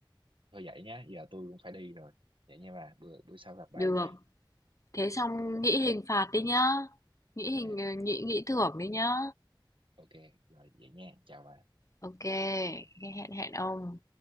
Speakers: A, on the right (about 75°); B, on the left (about 40°).
A: thôi vậy nhá giờ tôi cũng phải đi rồi vậy nha bà bữa bữa sau gặp bà
B: Được,
A: nha
B: thế xong nghĩ hình phạt đi nhá. Nghĩ
A: ok
B: hình ờ, nghĩ nghĩ thưởng đi nhá.
A: ok rồi vậy nha chào bà
B: Ok, hẹn hẹn ông.